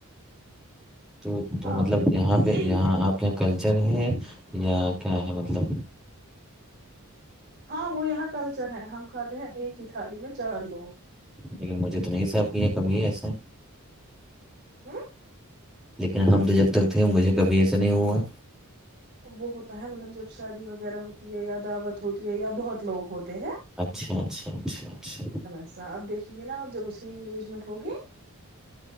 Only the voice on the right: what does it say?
ہاں
پھر
ہاں وہ یہاں کلچر ہے ہم کھاتے ہیں ایک ہی تھالی میں چار لوگ
<unintelligible>
وہ ہوتا ہے مطلب جب شادی وغیرہ ہوتی ہے یا دعوت ہوتی ہے یا بہت لوگ ہوتے ہیں
ا آپ دیکیں گےا آپ جب اس کی انگیجمنٹ ہوگی